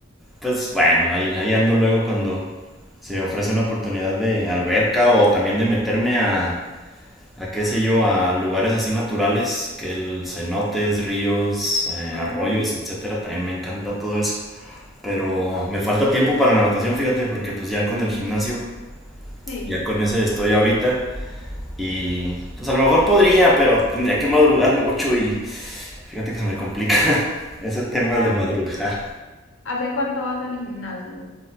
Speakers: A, in the centre; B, on the left (about 75°).
A: pues bueno, ahí, ahí ando luego cuando se ofrece una oportunidad de alberca o también de meterme a, a qué sé yo, a lugares así naturales, que el cenotes, ríos, eh,
B: ujú.
A: arroyos, etcétera, también me encanta todo eso. Pero
B: Wow.
A: me falta tiempo para la natación, fíjate, porque pues ya con el gimnasio,
B: Sí,
A: ya con ese estoy ahorita. Y pues a lo mejor podría, pero tendría que madrugar mucho y fíjate que se me complica <laughs> ese tema
B: claro.
A: de madrugar.
B: ¿Hace cuánto vas al gimnasio?